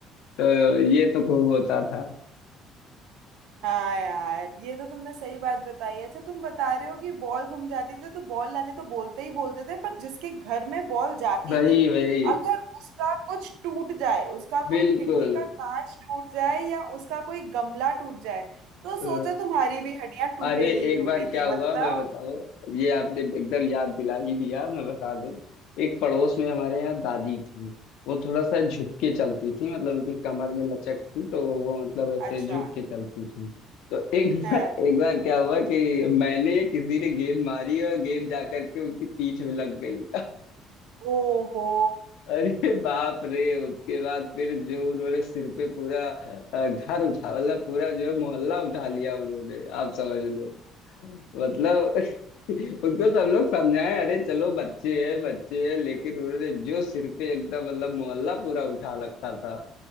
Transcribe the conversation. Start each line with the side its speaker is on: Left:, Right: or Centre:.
Left: तो ये तो खूब होता था
Right: हाँ यार ये तो तुमने सही बात बताई अच्छा तुम बता रहे हो कि बॉल घूम जाती थी तो बॉल लाने तो बोलते ही बोलते थे पर जिसके घर में बॉल जाती
Left: वही
Right: थी
Left: वही
Right: अगर उसका कुछ टूट जाए उसका
Left: बिल्कुल
Right: कोई खिड़की का कांच टूट जाए या उसका कोई गमला टूट जाए तो
Left: अ,
Right: सोचो तुम्हारी भी हड्डियां टूटेंगी
Left: अरे
Right: ही
Left: एक
Right: टूटेंगी
Left: बार क्या हुआ
Right: मतलब
Left: मैं बताओ ये आपने एकदम याद दिला ही दिया मैं बता दूं एक पड़ोस में हमारे यहाँ दादी थी वो थोड़ा सा झुक के चलती थी मतलब उनकी कमर में लचक थी तो वो मतलब ऐसे
Right: अच्छा
Left: झुक के चलती थी तो एक बार
Right: हाँ।
Left: एक बार क्या हुआ कि मैंने किसी ने गेंद मारी और गेंद जा करके उनकी पीठ में लग गई
Right: ओहो
Left: अरे बाप रे उसके बाद फिर जो उन्होंने सिर पे पूरा अ, घर उठा मतलब पूरा जो है मोहल्ला उठा लिया उन्होंने आप समझ लो मतलब <laughs> उनको सब लोग समझाए अरे चलो बच्चे हैं बच्चे हैं लेकिन उन्होंने जो सिर पे एकदम मतलब मोहल्ला पूरा उठा रखा था